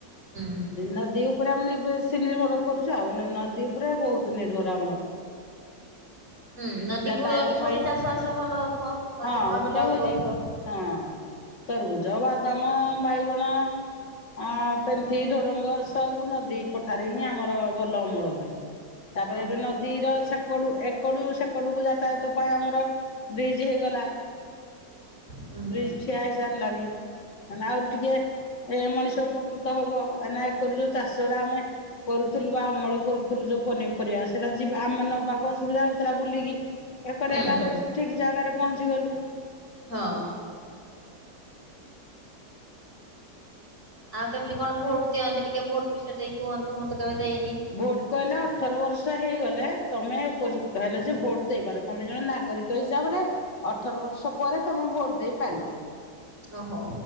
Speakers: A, on the right (about 40°); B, on the left (about 85°).
A: ହୁଁ।
B: ନଦୀ ଉପରେ ଆମେ ବେଶୀ ନିର୍ଭର କରୁଛୁ ଆଉ ନଦୀ ଉପରେ ବହୁତ ନିର୍ଭର ଆମର।
A: ହୁଁ ନଦୀ
B: ଯାତାୟାତ
A: କୂଳରେ ବି ସବୁ
B: ପାଇଁ
A: ଚାଷ ବାସ ଭଲ ହଉଥିବ ନଦୀ
B: ହଁ
A: ମାଟିରେ
B: ଭଲ ହଉଛି।
A: <unintelligible>
B: ହଁ ତରଭୁଜ ବାଦାମ ବାଇଗଣ ଅ ପେନ୍ଥି ଢୋଡଙ୍ଗ ସବୁ ନଦୀ ପଠାରେ ହିଁ ଆମର ଭଲ ଅମଳ ହୁଏ। ତାପରେ
A: ଓହୋ।
B: ଏବେ ନଦୀର ସେକଡୁ ଏକଡୁ ସେକ ସେପଟକୁ ଯାତାୟତ ପାଇଁ ଆମର ବ୍ରିଜ ହେଇଗଲା।
A: ହୁଁ ହୁଁ ହୁଁ
B: ବ୍ରିଜ ଠିଆ ହେଇ ସାରିଲାଣି ହେଲେ ଆହୁରି ଟିକେ ଏ ମଣିଷ ଉପକୃତ ହବ ଏନା ଏକରୁ ଏଇ ଯୋଉ ଚାଷଟା ଆମେ କରୁଥିଲୁ ବା ଅମଳ କରୁଥିଲୁ ଯୋଉ ପନିପରିବା ସେଇଟା ଯିବା ଆମେ ନବାକୁ ଅସୁବିଧା ହଉଥିଲା। ବୁଲିକି ଏପଟେ ହେଲା
A: ହୁଁ।
B: ଆମର ଠିକ ଜାଗାରେ ପହଞ୍ଚି ଗଲୁ।
A: ହଁ। ଆଉ କେମିତି କଣ ଭୋଟ ଦିଅନ୍ତି ଟିକେ ଭୋଟ ବିଷୟ ଦେଇ କୁହନ୍ତୁ ମୁଁ ତ କେବେ ଦେଇନି।
B: ଭୋଟ କହିଲେ ଅଠର ବର୍ଷ ହେଇଗଲେ ତମେ ଉପଯୁକ୍ତ ହେଲ ଯେ ଭୋଟ ଦେଇପାରେ ତମେ ଜଣେ ନାଗରିକ। ସେଇ ହିସାବରେ ଅଠର ବର୍ଷ ପରେ ତମେ ଭୋଟ ଦେଇପାରିବ।
A: ଓ ହୋ।